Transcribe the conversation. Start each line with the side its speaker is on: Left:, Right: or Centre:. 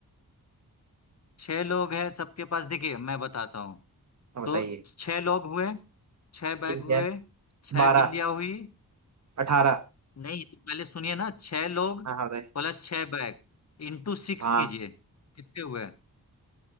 Left: छह लोग हैं सबके पास देखिए मैं बताता हूँ
Right: हाँ, बताइए
Left: तो छह लोग हुए छह बैग
Right: ठीक
Left: हुए
Right: है
Left: छह
Right: बारह
Left: बिल्लियाँ हुई
Right: अठारह
Left: नहीं तो पहले सुनिए ना छह लोग
Right: हाँ हाँ बताइए
Left: प्लस छह बैग इंटू सिक्स
Right: हाँ
Left: कीजिए कितने हुए